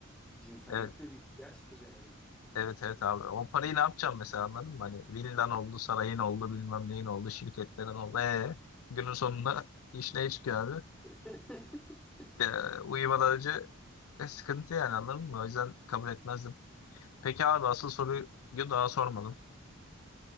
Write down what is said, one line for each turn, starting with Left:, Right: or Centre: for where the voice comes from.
Centre: Cinsellik
Left: Evet.
Centre: de bir ihtiyaçtır yani.
Left: Evet evet abi. O parayı ne yapacağım mesela anladın mı? Hani villan oldu, sarayın oldu, bilmem neyin oldu, şirketlerin oldu. Ee, günün sonunda iş ne çıkıyor abi?
Centre: <laughs>
Left: Ee, uyumadan önce e, sıkıntı yani anladın mı? O yüzden kabul etmezdim. Peki abi asıl soruyu daha sormadım.